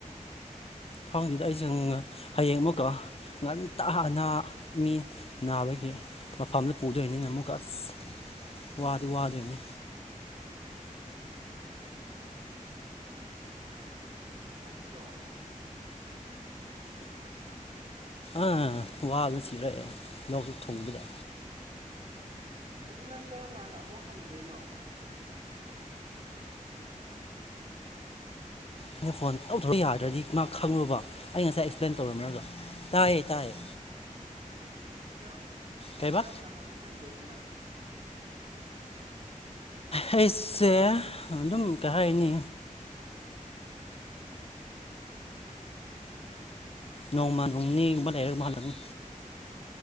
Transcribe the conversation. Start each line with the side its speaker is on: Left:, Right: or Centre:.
Left: ꯐꯝꯁꯤꯗ ꯑꯩꯁꯦ ꯍꯌꯦꯡ ꯑꯃꯨꯛꯀꯛ ꯉꯟꯇꯅꯥ ꯃꯤ ꯅꯥꯕꯒꯤ ꯃꯐꯝꯗ ꯄꯨꯗꯣꯏꯅꯤꯅ ꯑꯃꯨꯛꯀ ꯑꯁ ꯋꯥꯗꯤ ꯋꯥꯗꯣꯏꯅꯤ
Right: ꯅꯠꯇ꯭ꯔꯣ
Left: ꯑꯥ ꯋꯥꯗꯨ ꯁꯤꯔꯛꯑꯦ ꯂꯧꯗꯨ ꯊꯣꯡꯕꯗ
Right: ꯑꯗꯨ ꯅꯪ ꯀꯔꯝ ꯀꯥꯟꯗ ꯑꯃꯨꯛ ꯍꯟꯗꯣꯏꯅꯣ
Left: ꯑꯩꯅ ꯐꯣꯟ ꯇꯧꯊꯣꯛꯄ
Right: ꯇꯥꯕ
Left: ꯌꯥꯗ꯭ꯔꯗꯤ
Right: ꯅꯠꯇ꯭ꯔꯣ
Left: ꯃꯥ ꯈꯪꯔꯨꯕ ꯑꯩ ꯉꯁꯥꯏ ꯑꯦꯛꯁꯄ꯭ꯂꯦꯟ ꯇꯧꯔꯝꯃꯂꯒ ꯇꯥꯏꯌꯦ ꯇꯥꯏꯌꯦ
Right: ꯀꯔꯝ
Left: ꯀꯩꯕꯥ
Right: ꯀꯔꯝ ꯀꯥꯟꯗ ꯑꯃꯨꯛ ꯍꯟꯗꯣꯏꯅꯣꯅ
Left: ꯑꯩꯁꯦ ꯑꯗꯨꯝ ꯀꯩ ꯍꯥꯏꯅꯤ ꯅꯣꯡꯃꯥ ꯅꯣꯡꯅꯤꯕ
Right: ꯎꯝ
Left: ꯂꯩ ꯃꯍꯜꯂꯅꯤ